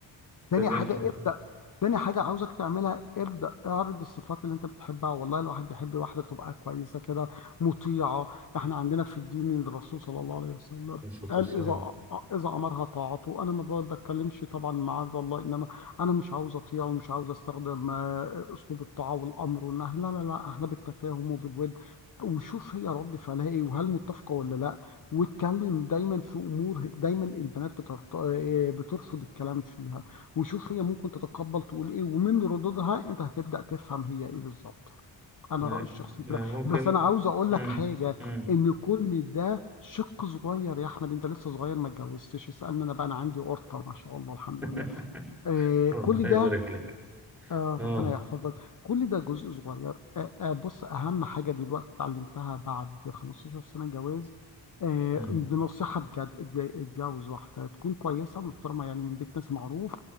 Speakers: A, in the centre; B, on the left.
A: تمام
B: تاني حاجة ابدأ تاني حاجة عاوزك تعملها ابدأ اعرض الصفات اللي انت بتحبها والله الواحد يحب واحدة تبقى كويسة كده مطيعة احنا عندنا في الدين إن الرسول صلى الله عليه وسلم
A: عليه الصلاة
B: قال
A: والسلام
B: إذا إذا أمرها طاعته أنا ما بتكلمش طبعا معاذ الله إن أنا أنا مش عاوز أطيع ومش عاوز أستخدم آه، أسلوب الطاعة والأمر والنهي لا لا لا إحنا بالتفاهم وبالود وشوف هي رد فعلها إيه وهل متفقة ولا لا واتكلم دايما في أمور دايما البنات بترت... آه، بترفض الكلام فيها وشوف هي ممكن تتقبل تقول ايه ومن ردودها انت هتبدأ تفهم هي ايه بالظبط انا
A: ما,
B: رأيي الشخصي
A: ما
B: كده
A: ممكن
B: بس انا عاوز اقول
A: مم.
B: لك حاجة
A: مم.
B: ان كل ده شق صغير يا احمد انت لسه صغير ما اتجوزتش اسألني انا بقى انا عندي قرطة ما شاء الله الحمد
A: <laughs>
B: لله آه
A: ربنا
B: كل ده
A: يبارك لك
B: آه
A: اه
B: ربنا يحفظك كل ده جزء صغير آه آه بص أهم حاجة دلوقتي اتعلمتها بعد 15 سنة جواز آه
A: مم.
B: دي نصيحة بجد اتج- اتجوز واحدة تكون كويسة محترمة يعني من بيت ناس معروف